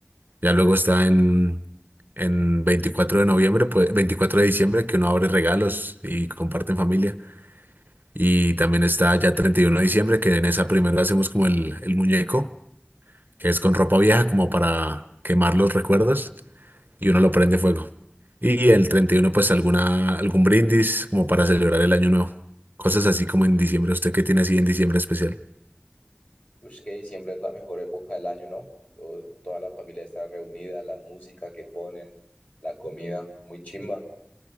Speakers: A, on the right (about 50°); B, on the left (about 35°).
A: Ya luego está en, en 24 de noviembre, pues 24 de diciembre, que uno abre regalos y comparte en familia. Y también está ya 31 de diciembre, que en esa primera hacemos como el, el muñeco, que es con ropa vieja como para quemar los recuerdos y uno lo prende fuego. Y el 31 pues alguna, algún brindis como para celebrar el año nuevo. Cosas así como en diciembre. ¿Usted qué tiene así en diciembre especial?
B: Pues que diciembre es la mejor época del año, ¿no? Todo- toda la familia está reunida, la música que ponen, la comida, muy chimba.